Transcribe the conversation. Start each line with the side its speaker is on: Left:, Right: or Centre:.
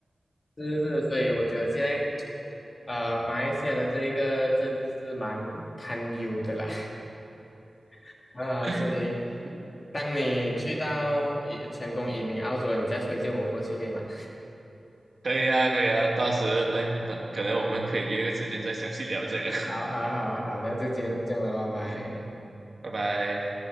Left: 是是，是，所以我觉得现在呃，马来西亚的这一个政治是蛮堪忧的啦，<laughs> 啊、
Right: <laughs>
Left: 所以当你去到移成功移民澳洲了，
Right: 嗯，
Left: 你再推荐我过去可以吗？
Right: 可以啊，可以啊，到时哎，那可能我们可以约个时间再详细聊这个。<laughs>
Left: 好好好好，那就今天就这样了，拜拜。
Right: 嗯，拜拜。